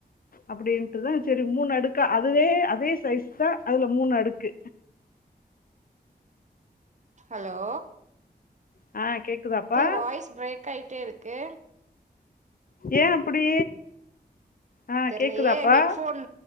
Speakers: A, on the left (about 60°); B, on the right (about 45°).
A: அப்டின்ட்டுதா சரி மூணு அடுக்கா அதுவே அதே சைஸ் தான் அதுல மூணு அடுக்கு
B: ஹலோ
A: ஆ கேக்குதாப்பா
B: தே வாய்ஸ் ப்ரேக் ஆயிட்டே இருக்கு
A: ஏன் அப்படி ஆ
B: தெர்லயே
A: கேக்குதாப்பா
B: ஏ ஹெட்ஃபோன்